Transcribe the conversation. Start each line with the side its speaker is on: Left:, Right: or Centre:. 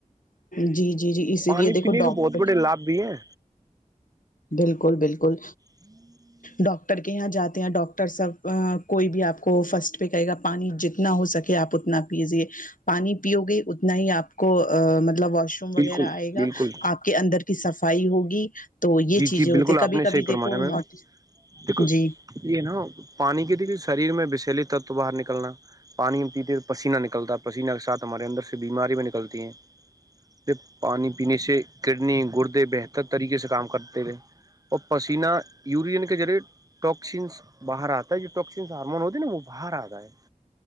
Left: جی جی جی اسی
Right: پانی
Left: لیے دیکھو
Right: پینے کے
Left: ڈاکٹر
Right: بہت بڑے لابھ بھی ہیں
Left: بالکل بالکل
Right: ہم
Left: ڈاکٹر کے یہاں جاتے ہیں ڈاکٹر سب کوئی بھی آپ کو فرسٹ پہ کہے گا پانی جتنا ہو سکے آپ انا اتنا پیجے پانی پیو گے اتنا ہی آپ کو مطلب واش ر وغیرہ
Right: بالکل
Left: آئے گا
Right: بالکل
Left: آپ کے اندر کی صفائی ہوگی تو یہ
Right: جی
Left: چیزیں
Right: جی بالکل
Left: ہوتی ہے کبھی
Right: آپ نے
Left: کبھی
Right: صحیح فرمایا
Left: دیکھو
Right: میم
Left: نوٹ
Right: بالکل
Left: جی
Right: یہ نا پانی کی ت شریر میں بسلیے تتو باہر نکلنا پانی ہم پیتے تو پسینہ نکلتا ہے پسینہ کے ساتھ ہمارے اندر سے بیمارییا بھی نکلتی ہیں پھر پانی پینے سے کڈنی گردے بہتر طریقے سے کام کرتے تھے اور پسینہ یورین کے ذریعے ٹوکسینس باہر آتا ہے جو ٹاکسینس ہارمون ہوتی ہے نا وہ باہر آتا ہے